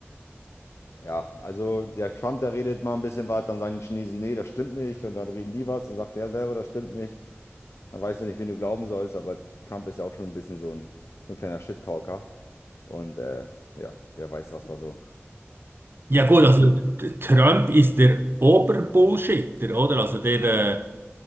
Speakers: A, on the left (about 75°); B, on the right (about 50°).
A: Ja, also der Trump, der redet mal ein bisschen was, dann sagen die Chinesen, nee, das stimmt nicht. Und dann reden die was, dann sagt der selber, das stimmt nicht. Dann weißt du nicht, wen du glauben sollst, aber Trump ist ja auch schon ein bisschen so ein, so ein kleiner Shit-Talker. Und äh, ja, wer weiß, was da so.
B: Ja gut,
A: Was
B: also
A: du,
B: t- Trump ist der Oberbullshitter, oder? Also der, äh,